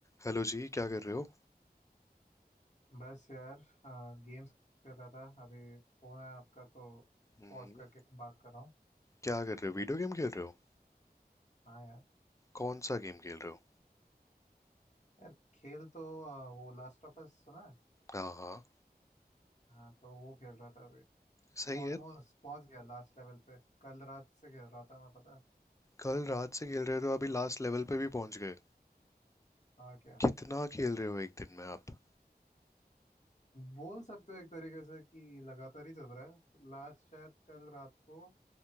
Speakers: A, on the left; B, on the left.
A: Hello जी क्या कर रहे हो
B: बस यार गेम्स खेल रहा था अभी फोन है आपका तो
A: हम्म,
B: पॉज करके बात कर रहा हूँ
A: क्या कर रहे हो वीडियो गेम खेल रहे हो
B: हाँ यार
A: कौन सा गेम खेल रहे हो
B: यार खेल तो आ, वो लास्ट ऑफ अस सुना है
A: हाँ हाँ
B: हाँ तो वो खेल रहा था अभी
A: सही
B: ऑलमोस्ट
A: है
B: पहुंच गया लास्ट लेवल पे कल रात से खेल रहा था मैं पता है?
A: कल रात से खेल रहे हो तो अभी लास्ट लेवल पे भी पहुंच गए
B: और क्या
A: कितना खेल रहे हो एक दिन में आप
B: बोल सकते हो एक तरीके से कि लगातार ही चल रहा है लास्ट शायद कल रात को